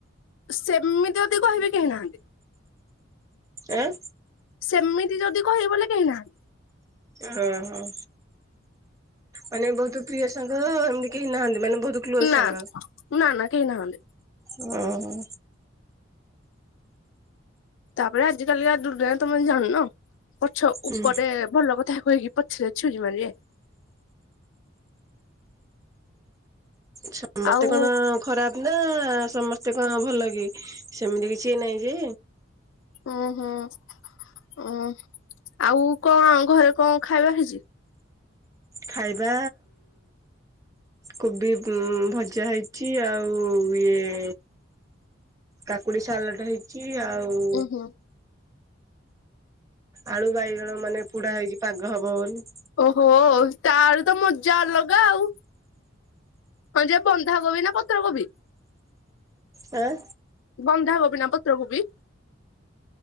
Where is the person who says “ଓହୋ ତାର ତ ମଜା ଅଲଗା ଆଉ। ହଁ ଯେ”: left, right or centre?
Left